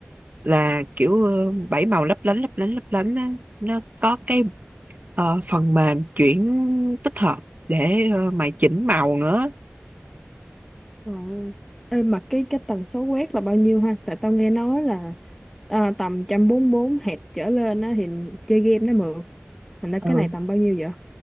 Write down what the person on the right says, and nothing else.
là kiểu ờ, bảy màu lấp lánh lấp lánh lấp lánh á. nó có cái ờ, phần mềm chuyển tích hợp để ờ, mày chỉnh màu nữa
ừ